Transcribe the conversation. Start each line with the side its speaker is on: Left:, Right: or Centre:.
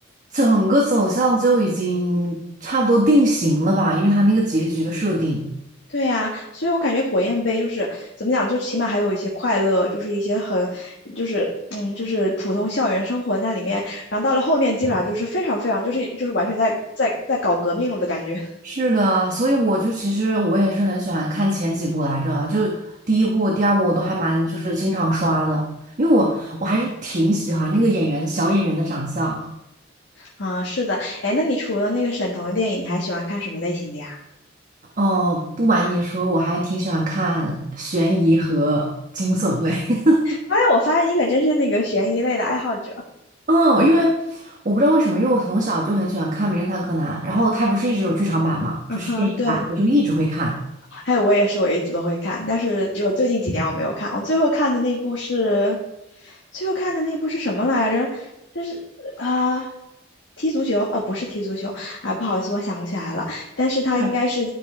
Right: 整个走向就已经差不多定型了吧，因为它那个结局的设定。
Left: 对呀，所以我感觉火焰杯就是怎么讲，就起码还有一些快乐，就是一些很，就是嗯，就是普通校园生活在里面。然后到了后面，基本上就是非常非常，就是就是完全在在在搞革命了的感觉 <laughs>。
Right: 是的，所以我就其实我也是很喜欢看前几部来着，就第一部、第二部我都还蛮就是经常刷的，因为我我还是挺喜欢那个演员小演员的长相。
Left: 啊，是的，哎，那你除了那个沈腾的电影，你还喜欢看什么类型的呀？
Right: 哦，不瞒你说，我还挺喜欢看悬疑和惊悚类。<laughs>
Left: 哎，我发现你可真是那个悬疑类的爱好者。
Right: 嗯，因为我不知道为什么，因为我从小就很喜欢看《名侦探柯南》，然后它不是一直有剧场版嘛，
Left: 嗯哼，
Right: 就是电影版，
Left: 对。
Right: 我就一直会看。
Left: 还有我也是，我一直都会看，但是只有最近几年我没有看。我最后看的那部是，最后看的那部是什么来着？就是啊、踢足球啊、不是踢足球啊，不好意思，我想不起来了。但是它应该是
Right: 对，